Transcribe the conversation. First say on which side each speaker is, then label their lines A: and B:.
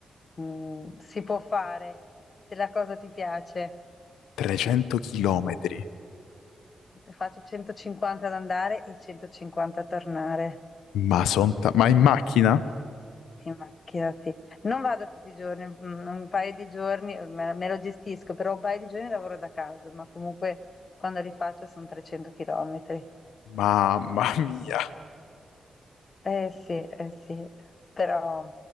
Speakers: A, on the left; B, on the left.
A: mm, si può fare se la cosa ti piace.
B: 300 chilometri,
A: Faccio 150 ad andare e 150 a tornare.
B: ma, son ta- ma in macchina?
A: In macchina, sì. Non vado tutti i giorni, mm, un paio di giorni me, me lo gestisco, però un paio di giorni lavoro da casa, ma comunque quando li faccio sono 300 chilometri.
B: Mamma mia,
A: Eh sì, eh sì, però